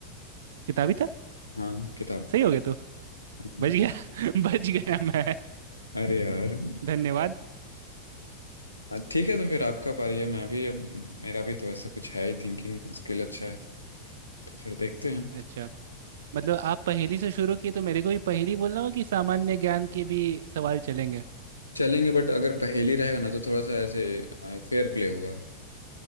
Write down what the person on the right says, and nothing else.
किताबी था
सही हो गया तो
बच गया <laughs> बच गया मैं
धन्यवाद
अच्छा मतलब आप पहेली से शुरू किए तो मेरे को भी पहेली बोलना होगा कि सामान्य ज्ञान के भी सवाल चलेंगे